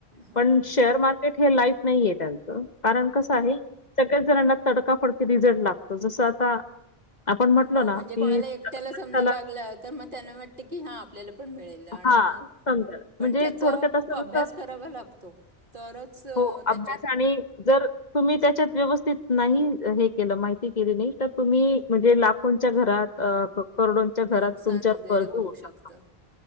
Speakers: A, on the right; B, on the left.
A: हो
B: पण शेअर
A: हो
B: मार्केट हे लाईफ नाहीये त्यांचं कारण कसं आहे. सगळ्याच जणनां तडकाफडकी रिझल्ट लागतो. जस आता आपण म्हटलो
A: हो
B: ना
A: म्हणजे
B: की
A: कोणाला
B: माणसाला
A: एकट्याला समजा लागला तर मग त्यांना वाटत की हा आपल्याला पण मिळेल. आणि
B: हा
A: मग
B: समजायला
A: पण
B: म्हणजे
A: त्याचा
B: थोडक्यात
A: खूप
B: असं
A: अभ्यास
B: जसं
A: करावा लागतो तरच
B: हो
A: त्या
B: अभ्यास आणि जर तुम्ही त्याच्या व्यव स्थीत नाही हे केलं माहिती केली नाही तर तुम्ही म्हणजे लाखोंच्या घरात अं करोडोच्या घरात
A: नुकसान
B: तुमच्यावर
A: वगैरे
B: कर्जत
A: होऊ
B: होवू
A: शकतं
B: शकत.